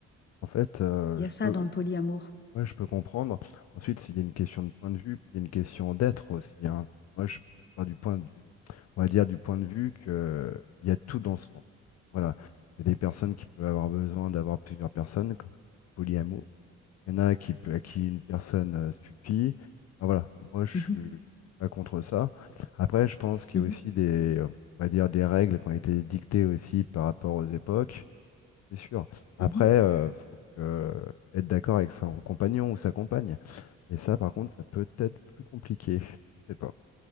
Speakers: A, on the left; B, on the left.
A: En fait, euh,
B: Il y
A: je
B: a ça
A: peux,
B: dans le polyamour.
A: ouais, je peux comprendre. Ensuite, il y a une question de point de vue, puis il y a une question d'être aussi, hein. Moi, je, je pars du point du, on va dire du point de vue que euh, il y a tout dans ce monde. Voilà. Il y a des personnes qui peuvent avoir besoin d'avoir plusieurs personnes, comme du polyamour. Il y en a qui peut, à qui une personne euh, suffit. Enfin, voilà. Moi, je
B: Mhm,
A: suis, je suis pas contre ça. Après, je pense qu'il
B: mhm,
A: y a aussi des, euh, on va dire des règles qui ont été dictées aussi par rapport aux époques. C'est sûr. Après,
B: mhm.
A: euh, faut que- euh, être d'accord avec son compagnon ou sa compagne. Et ça, par contre, ça peut être plus compliqué. Je sais pas.